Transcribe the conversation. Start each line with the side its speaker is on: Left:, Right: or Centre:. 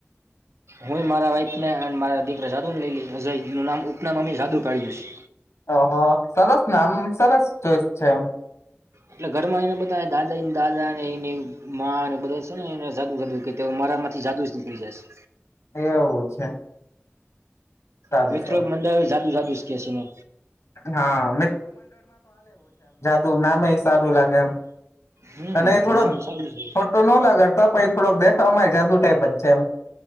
Right: હુ, મારા વાઈઇફ, ને અને મારા દીકરા સાદુ ને લઈ લ અજય એનું નામ ઉપનામી જાદુ કાઢ્યું છે.
Left: ઓહ સરસના આમ, સરસ ચઈસ છે. એમ
Right: એટલે ઘરમા એને બધા દાદા દાદા ને એની મા અને બધા છે, ને એને સાદુ સાદુ કે મા માંથી જાદુ જ નીકળી જાય છે.
Left: એવું છે. સારું
Right: હ મિત્રો,
Left: સારું
Right: મંદા જાદુ, જાદુ જ કેસી ને.
Left: હા હો, નામે સારું લાગે એમ.
Right: હમ
Left: અને એ થોડોક,
Right: નામ સારું છે
Left: ફોટો ન લાગાતા પણ એ થોડોક દેખાવામાંય જાદુ ટાઈપ જ છે, એમ